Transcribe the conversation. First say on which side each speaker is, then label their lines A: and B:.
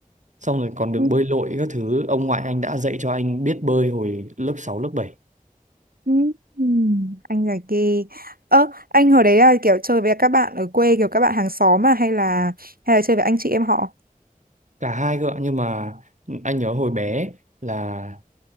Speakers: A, on the right; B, on the right.
A: xong rồi còn được
B: Ừ,
A: bơi lội các thứ ông ngoại anh đã dạy cho anh biết bơi hồi lớp sáu lớp bảy
B: ừ, Ừ, anh giải kỳ. Ơ, anh hồi đấy là kiểu chơi với các bạn ở quê kiểu các bạn hàng xóm mà hay là hay là chơi với anh chị em họ?
A: cả hai cơ ạ. nhưng mà anh nhớ hồi bé là